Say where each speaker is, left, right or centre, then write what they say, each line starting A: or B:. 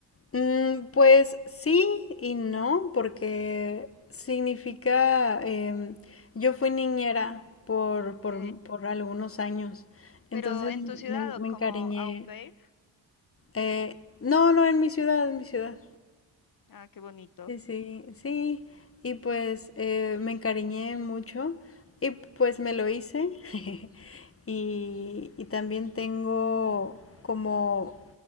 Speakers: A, on the left; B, on the left.
A: Mm, pues sí y no, porque significa, em, yo fui niñera por,
B: Ok.
A: por, por algunos años,
B: Pero
A: entonces
B: en tu ciudad
A: me,
B: o
A: me
B: como
A: encariñé.
B: au pair.
A: eh, no, no, en mi ciudad, en mi ciudad.
B: Ah, qué bonito.
A: Sí, sí, sí. Y pues eh, me encariñé mucho y pues me lo hice. <laughs> Y, y también tengo como